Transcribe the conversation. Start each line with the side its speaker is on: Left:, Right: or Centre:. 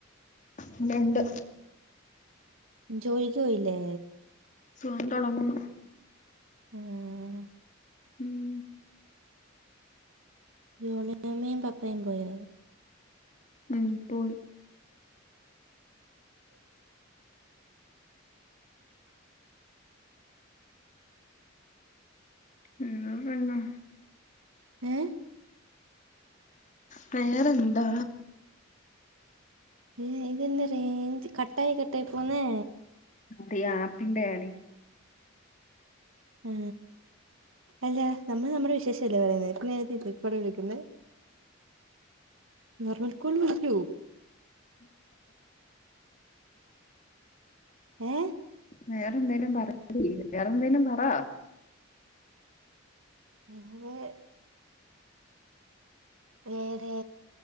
Left: ഇവിടൊണ്ട്
Right: ജോലിക്ക് പോയില്ലേ
Left: പോകാൻ തുടങ്ങുന്നു
Right: ഉം
Left: ഉം
Right: <unintelligible> മമ്മിയും പപ്പയും പോയോ
Left: ഉം പോയി എന്നാ പിന്നെ
Right: ഉം
Left: വേറെന്താ
Right: ഏ ഇതന്താ റേഞ്ച് കട്ടായി കട്ട് ട്ടായി പോന്നെ
Left: അത് ഈ ആപ്പിന്റെ ആടി
Right: ഉ അല്ല നമ്മൾ നമ്മുടെ വിശേഷല്ലേ പറയുന്നത് <unintelligible> വിളിക്കുന്നെ നോർമൽ കോൾ വിളിക്കു ഏ
Left: വേറെ എന്തേലും പറയടി വേറെന്തേലും പറ
Right: എങ്ങനെ വേറെ